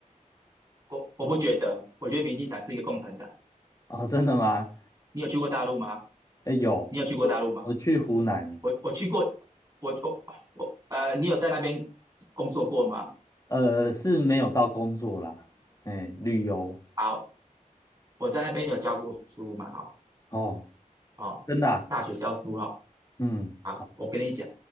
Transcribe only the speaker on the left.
哦，真的吗？
哎，有，
我我去湖南，
呃，是没有到工作啦，哎，旅游
哦，
真的啊
嗯，
好，